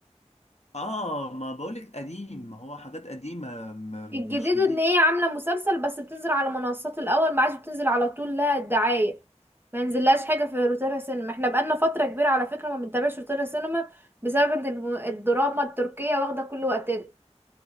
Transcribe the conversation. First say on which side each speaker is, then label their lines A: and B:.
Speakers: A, on the left; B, on the right.
A: اه ما بقولك قديم ما هو حاجات قديمة م-
B: الجديد
A: مش جديد
B: ان هي عامله مسلسل بس بتنزل على منصات الاول ما عادش بتنزل على طول لها الدعايه ما ينزلهاش حاجه في روتانا سينما احنا بقالنا فتره كبيره على فكره ما بنتابعش روتانا سينما بسبب ان الم- الدراما التركيه واخده كل وقتنا